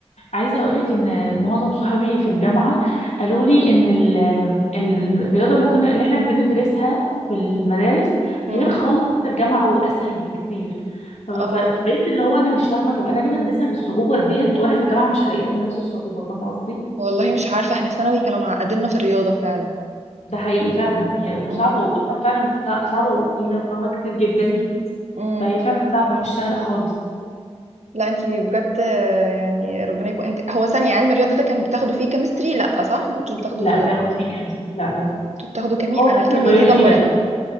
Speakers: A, on the left; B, on the right.
A: عايزة أقولك إن معظم صحابي في الجامعة قالوا لي إن ال- ال- الرياضة اللي كنا اللي إحنا بندرسها في المدارس
B: امم
A: غير خالص بتاعت الجامعة وأسهل بكتير ف- ف-
B: اه
A: فبقيت اللي هو أنا مش فاهمة طب أنا ليه بدرسها بالصعوبة ديت وأنا في الجامعة مش هلاقيها بنفس الصعوبة فاهمة قصدي؟
B: والله مش عارفه احنا في ثانوي كانوا معقديننا في الرياضه فعلا
A: ده حقيقي فعلا هي وصعبة
B: امم
A: وأصلا فعلا صع- صعبة وتقيلة فروعها كتير جدا
B: امم
A: فهي فعلا صعبة مش سهلة خالص
B: لا انتي بجد يعني ربنا يكون انت هو ثانية علم الرياضة ده كان بتاخده فيه كيمستري لا صح ما كنتوش بتاخده
A: لا باخد فيه كيمستري لا باخد
B: كنت بتاخده كيمياء
A: هو
B: انا
A: بس
B: الكيمياء
A: البيولوجي
B: دي دمرتني
A: لا